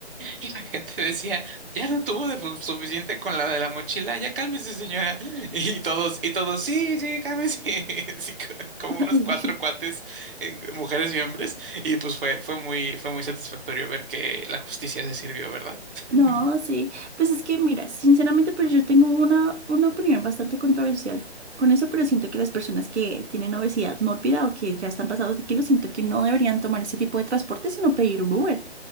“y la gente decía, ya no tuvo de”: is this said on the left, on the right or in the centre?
Right